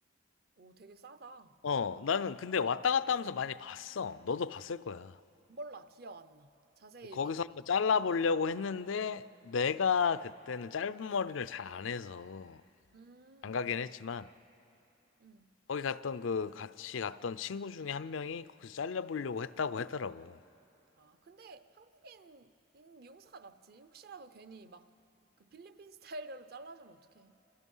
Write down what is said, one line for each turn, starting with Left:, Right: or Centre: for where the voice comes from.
Right: 오, 되게 싸다.
Left: 어, 나는 근데 왔다 갔다 하면서 많이 봤어. 너도 봤을 거야.
Right: 몰라, 기억 안 나. 자세히
Left: 거기서
Right: 막.
Left: 한번 잘라보려고 했는데 내가
Right: 음.
Left: 그때는 짧은 머리를 잘 안 해서
Right: 음,
Left: 안 가긴 했지만
Right: 음. 음.
Left: 거기 갔던 그 같이 갔던 친구 중에 한 명이 거기서 잘라보려고 했다고 했더라고.
Right: 아, 근데 한국인인 미용사가 낫지. 혹시라도 괜히 막 그 필리핀 스타일로 잘라주면 어떡해.